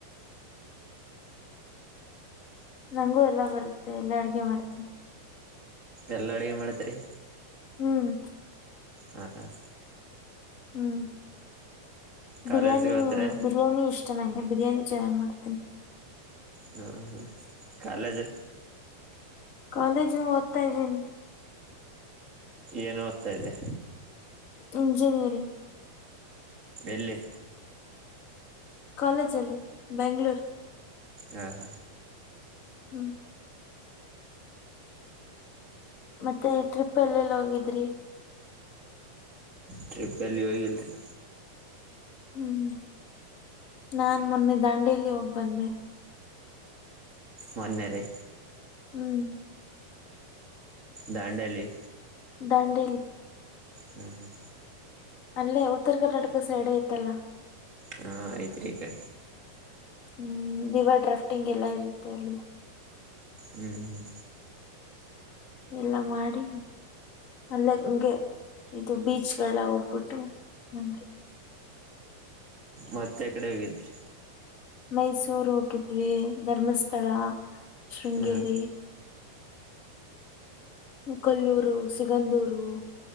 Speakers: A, on the left (about 35°); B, on the right (about 25°).
A: ನಂಗು ಎಲ್ಲಾ ಬರುತ್ತೆ ಎಲ್ಲಾ ಅಡ್ಗೆ ಮಾಡ್ತೀನಿ.
B: ಎಲ್ಲಾ ಅಡುಗೆ ಮಾಡ್ತೀರಿ.
A: ಹ್ಮ್
B: ಹಾ ಹಾ.
A: ಹ್ಮ್
B: ಕಾಲೇಜ್ಗೆ
A: ಬಿರಿಯಾನಿ
B: ಹೋಗ್ತೀರಾ
A: ಬಿರಿಯಾನಿ ಇಷ್ ಷ್ಟ ನಂಗೆ ಚೆನ್ನಾಗಿ ಬಿರಿಯಾನಿ ಚೆನ್ನಾಗಿ ಮಾಡ್ತೀನಿ.
B: ಹ್ಮ ಕಾಲೇಜು.
A: ಕಾಲೇಜ್ ಓದ್ತಾ ಇದ್ದೀನಿ.
B: ಏನು ಓದ್ತಾ ಇದ್ದೀಯ.
A: ಇಂಜಿನಿಯರಿಂಗ್.
B: ಎಲ್ಲಿ.
A: ಕಾಲೇಜಲ್ಲಿ ಬೆಂಗಳೂರು.
B: ಹಾ ಹಾ.
A: ಹ್ಮ್ ಮತ್ತೆ ಟ್ರಿಪ್ ಎಲ್ಲೆಲ್ಲಿ ಹೋಗಿದ್ರಿ.
B: ಟ್ರಿಪ್ ಅಲ್ಲಿ <unintelligible>
A: ಹ್ಮ್ ನಾನ್ ಮೊನ್ನೆ ದಾಂಡೇಲಿ ಹೋಗ್ ಬಂದೆ.
B: <inaudible> ಮಾನ್ಯರೇ.
A: ಹ್ಮ್
B: ದಾಂಡೇಲಿ.
A: ದಾಂಡೇಲಿ.
B: ಹ್ಮ ಹ.
A: ಅಲ್ಲೇ ಉತ್ತರ ಕರ್ನಾಟಕ ಸೈಡ್ ಐತಲ್ಲ.
B: ಹ್ಮ್ ಐತೆ ಐತೆ.
A: ಹ್ಮ್ ದೀವರ್ ಡ್ರಾಫ್ಟಿಂಗ್ ಎಲ್ಲಾ ಇರುತ್ತೆ ಅಲ್ವಾ.
B: ಹ್ಮ್ ಹ್ಮ್
A: ಇಲ್ಲಾ ಮಾಡಿನಿ. ಅಲ್ಲ ಹಂಗೆ ಇದು ಬೀಚ್ ಗಳ ಹೋಗ್ಬಿಟ್ಟು ಬಂದೆ.
B: ಮತ್ತೆ ಏಕಡೆ ಹೋಗಿದ್ರಿ.
A: ಮೈಸೂರು ಹೋಗಿದ್ವಿ ಧರ್ಮಸ್ಥಳ ಶೃಂಗೇರಿ
B: ಹಾಂ
A: ಕೊಲ್ಲೂರು ಸಿಗಂದೂರು